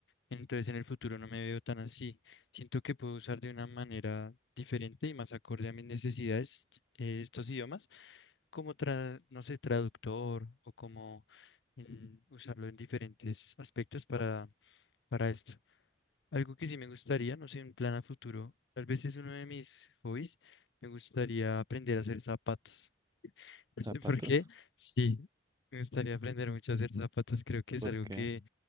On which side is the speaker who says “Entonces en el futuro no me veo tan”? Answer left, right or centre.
Left